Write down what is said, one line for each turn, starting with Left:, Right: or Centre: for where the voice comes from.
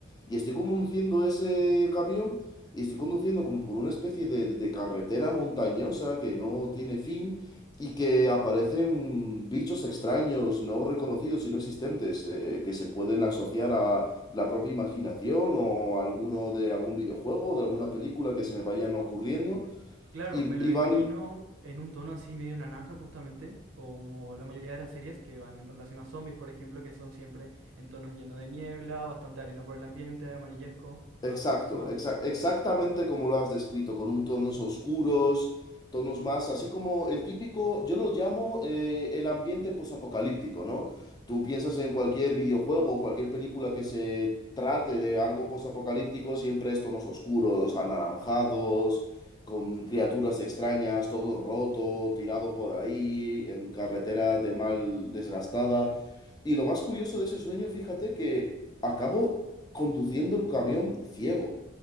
Left: Y estoy conduciendo ese camión y estoy conduciendo como por una especie de, de carretera montañosa que no tiene fin. Y que aparecen bichos extraños, no reconocidos y no existentes, eh, que se pueden asociar a la propia imaginación o alguno de algún videojuego o de alguna película que se me vayan ocurriendo
Right: Claro,
Left: y,
Right: me lo
Left: y
Right: imagino
Left: van
Right: en un tono así medio naranja justamente, como la mayoría de las series que van en relación a zombies, por ejemplo, que son siempre en tonos llenos de niebla, bastante arena por el ambiente, amarillesco, ah,
Left: Exacto,
Right: aproximadamente.
Left: exa- exactamente como lo has descrito, con un tonos oscuros, tonos más, así como el típico, yo lo llamo eh, el ambiente posapocalíptico, ¿no? Tú piensas en cualquier videojuego, o cualquier película que se trate de algo posapocalíptico, siempre es tonos oscuros, anaranjados, con criaturas extrañas, todo roto, tirado por ahí, en carretera de mal desgastada. Y lo más curioso de ese sueño, fíjate que acabo conduciendo el camión ciego.